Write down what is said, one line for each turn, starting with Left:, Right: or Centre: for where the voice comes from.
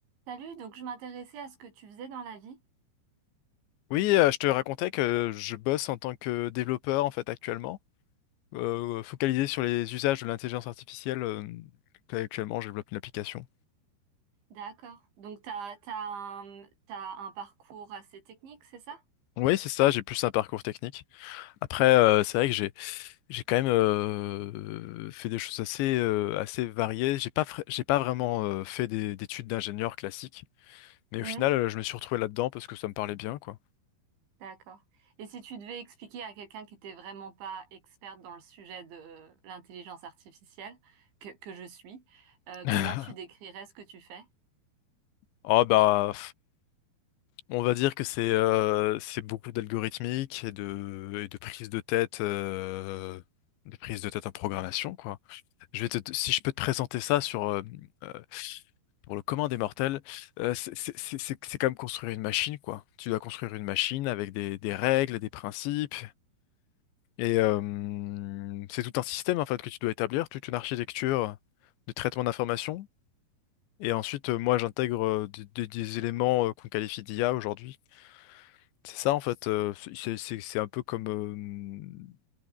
Right: Salut, donc je m'intéressais à ce que tu faisais dans la vie.
Left: Oui, euh, je te racontais que je bosse en tant que développeur en fait actuellement, euh, focalisé sur les usages de l'intelligence artificielle. euh, actuellement, je développe une application.
Right: D'accord. Donc t'as, t'as un, t'as un parcours assez technique, c'est ça?
Left: Oui, c'est ça, j'ai plus un parcours technique. Après, euh, c'est vrai que j'ai j'ai quand même euh, fait des choses assez euh, assez variées. J'ai pas fra- j'ai pas vraiment euh, fait des d'études d'ingénieur classique, mais
Right: Hmm.
Left: au final, euh, je me suis retrouvé là-dedans parce que ça me parlait bien, quoi.
Right: D'accord. Et si tu devais expliquer à quelqu'un qui n'était vraiment pas experte dans le sujet de l'intelligence artificielle, que, que je suis, euh,
Left: <laughs>
Right: comment tu décrirais ce que tu fais?
Left: Oh bah On va dire que c'est euh, c'est beaucoup d'algorithmique et de, et de prise de tête, euh, de prise de tête en programmation, quoi. Je vais te, si je peux te présenter ça sur, euh, euh, pour le commun des mortels, euh, c'est c'est- c'est- c'est- c'est comme construire une machine, quoi. Tu dois construire une machine avec des, des règles, des principes, et euh, c'est tout un système, en fait, que tu dois établir, toute une architecture de traitement d'information. Et ensuite, euh, moi, j'intègre euh, des, des- des éléments euh, qu'on qualifie d'IA aujourd'hui c'est ça en fait, euh, c'est c'est- c'est un peu comme euh,